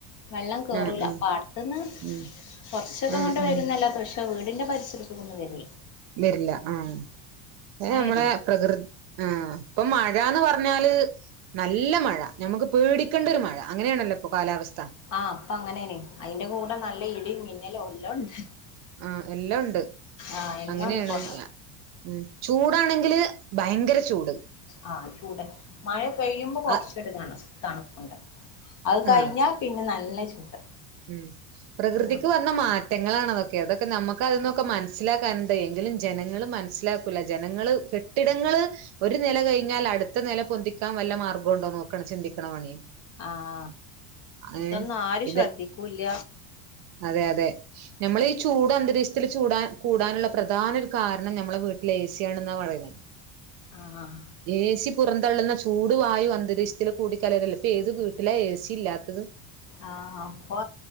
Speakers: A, on the left (about 40°); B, on the right (about 60°).
A: വെള്ളം കേറൂല
B: ആഹ് ആഹ്
A: പാട്ത് ന്ന്
B: ഉം
A: കുറച്ചൊക്കെ
B: ആഹ്
A: ങ്ങട്ട്
B: ആഹ്
A: വരുന്നല്ലതെ പഷ് തെ വീടിന്റെ പരിസരത്തൊന്നും വരൂല്ല
B: വരില്ല ആഹ് അയ്മ്മളെ
A: വരൂല
B: പ്രകൃ ആഹ് ഇപ്പൊ മഴന്ന് പറഞ്ഞാല് നല്ല മഴ ഞമ്മുക്ക് പേടിക്കേണ്ട ഒരു മഴ അങ്ങനെയാണല്ലോ പ്പ കാലാവസ്
A: ആഹ് അപ്പ അങ്ങനെനെ അതിന്റെ കൂടെ നല്ല ഇടിയും മിന്നലും എല്ലാം ഉണ്ട്
B: ആഹ് എല്ലാം ഉണ്ട്
A: ആഹ് എല്ലാം
B: അങ്ങനെയാണ്
A: ഉണ്ട് ഇപ്പൊ
B: ഉം ചൂടാണെങ്കില് ഭയങ്കര ചൂട്
A: ആഹ് ചൂടെ മഴ പെയ്യുമ്പോ കുറച്ചരു
B: ആ
A: തണ തണു പ്പ്‌ണ്ട് അഹ് കഴിഞ്ഞാ
B: ആ
A: പിന്നെ നല്ല ചൂട്
B: ഉം പ്രകൃതിക്ക്
A: ആഹ്
B: വന്ന മാറ്റങ്ങളണതൊക്കെ അതൊക്കെ നമുക്ക് അതീന്നൊക്കെ മനസ്സിലാക്കാൻണ്ട് എങ്കിലും ജനങ്ങൾ മനസ്സിലാ ക്കൂല ജനങ്ങള് കെട്ടിടങ്ങള് ഒരു നില കഴിഞ്ഞാൽ അടുത്ത നില പൊന്തിക്കാൻ വല്ല മാർഗോണ്ടോ നോക്ണ ചിന്തിക്ണ പണി
A: ആഹ് ഇതൊന്നും
B: ഏ
A: ആരും
B: ഇത്
A: ശ്രദ്ധിക്കൂല്ല
B: അതെ അതെ നമ്മൾ ഈ ചൂട് അന്തരീക്ഷത്തിൽ ചൂടാൻ കൂടാനുള്ള പ്രധാന ഒരു കാരണം ഞ മ്മളെ വീട്ടിൽ ഏ സിയ ആണെന്നാ പറയന്നെ
A: ആഹ് ആഹ്
B: എ സി പുറന്തള്ളുന്ന ചൂട് വായു അന്തരീക്ഷത്തിൽ കൂടി കലരല്ല ഇപ്പൊ ഏത് വീട്ടിലാ ഏ സി ഇല്ലാത്തത്
A: ആഹ് അപ്പൊ